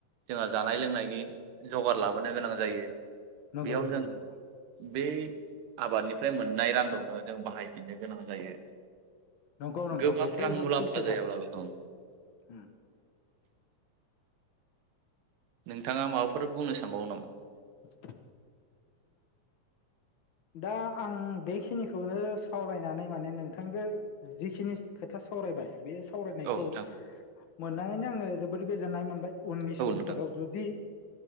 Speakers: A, on the right; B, on the left.
A: जोंहा जानाय लोंनायनि जगार लाबोनो गोनां जायो
B: नंगौ
A: बेयाव
B: नंगौ
A: जों
B: नंगौ
A: बे आबादनिफ्राय मोननाय रांखौनो जों बाहायफिननो गोनां जायो
B: नंगौ नोंथौ
A: गोबां
B: बेथो
A: रां मुलाम्फा
B: सैथोथार
A: जायाब्लाबो ओं
B: उम।
A: नोंथाङा माबाफोर बुंनो सानबावो नामा।
B: <inaudible> दा आं बेखिनिखौनो सावरायनानै माने नोंथांजों जिखिनि खोथा सावरायबाय बे। सावरायनायखौ।
A: औ नोंथां
B: मोननानैनो आङो जोबोद गोजोननाय मोनबाय। उननि
A: औ
B: समफोराव
A: नोंथां
B: जुदि